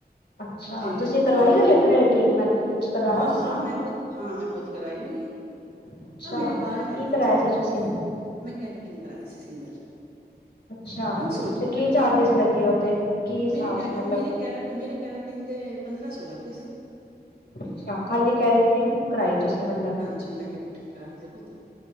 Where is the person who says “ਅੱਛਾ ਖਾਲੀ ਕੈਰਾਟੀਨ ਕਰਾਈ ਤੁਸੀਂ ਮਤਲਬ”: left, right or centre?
Left